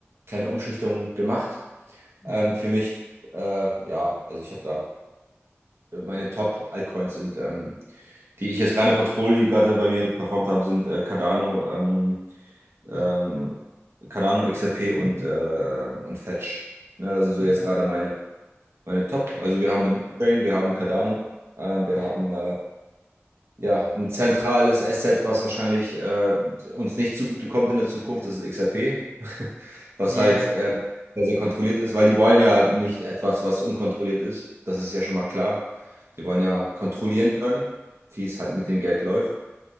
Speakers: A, on the right; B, on the left.
A: kleine Umschichtung gemacht
B: Hm,
A: ähm, für mich. Äh, ja, also ich habe da meine Top-Altcoins sind, ähm, die ich jetzt gerade im Portfolio, die gerade bei mir performt haben, sind äh, Cardano, ähm, ähm,
B: hm,
A: Cardano, XRP und, äh, und Fetch. Ne, das sind so jetzt
B: ja,
A: gerade meine meine Top.
B: okay.
A: Also wir haben eine Blockchain, wir haben Cardano, äh, wir
B: Ja,
A: haben äh, ja ein zentrales Asset, was wahrscheinlich äh, uns nicht zugutekommt in der Zukunft, das ist XRP, <laughs> was
B: ja,
A: halt äh, sehr, sehr kontrolliert ist, weil die wollen ja nicht etwas, was unkontrolliert ist. Das ist ja schon mal klar. Die wollen ja kontrollieren können, wie es halt mit
B: ja,
A: dem Geld läuft.